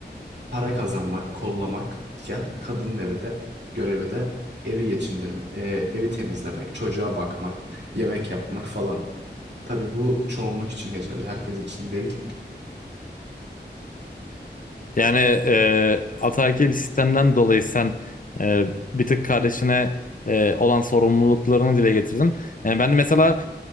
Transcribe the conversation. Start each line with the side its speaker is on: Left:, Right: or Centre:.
Right: para kazanmak, kollamak iken kadının evi de görevi de evi geçindirme, e, evi temizlemek, çocuğa bakmak, yemek yapmak falan. Tabii bu çoğunluk için geçerli, herkes için değil.
Left: Yani e, ataerkil bir sistemden dolayı sen e, bir tık kardeşine e, olan sorumluluklarını dile getirdin. Yani ben de mesela